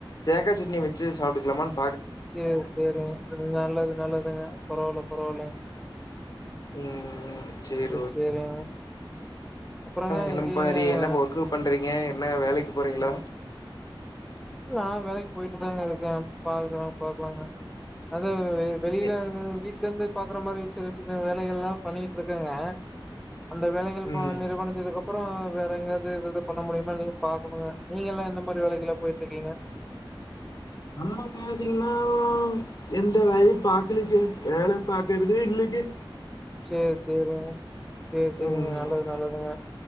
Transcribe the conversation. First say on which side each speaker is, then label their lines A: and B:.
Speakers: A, on the left; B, in the centre.
A: தேக்கா சட்னி வச்சு சாப்டுக்லாமான்
B: சேரி சேரிங்க நல்லது நல்லதுங்க பரவாயில்ல பரவாயில்ல
A: ம் சேரி ஓக்
B: சேரிங்க அப்புறங்க
A: என்ன
B: எங்கேங்க
A: மாரி என்ன ஒர்க்கு பண்ணுறீங்க என்ன வேலைக்கு போறீங்களா
B: நாவேலைக்கு போயிட்டு தாங்க இருக்க பாக்கலா பாக்கலாங்க அது வெளியில
A: என்
B: வீட்ல இருந்து பாக்குற மாதிரி சின்ன சின்ன வேலைங்கள்யெல்லா பண்ணிட்டு இருக்கங்க அந்த வேலைகள் இப்ப
A: ம்
B: நிறுவனத் இதுக்கப்பற வேற எங்காவது எதாவது பண்ண முடியுமானு பாக்கணுங்க நீங்க எல்லா எந்த மாறி வேலைக்கெல்லா போயிட்டு இருக்கீங்க
A: நம்ம பாத்தீங்கன்னா எந்த வேலயு பாக்குலைங்க வேல பாக்குறதே இல்லங்க
B: சேரி சேரிங்க சேரி சேரிங்க
A: ம்
B: நல்லது நல்லதுங்க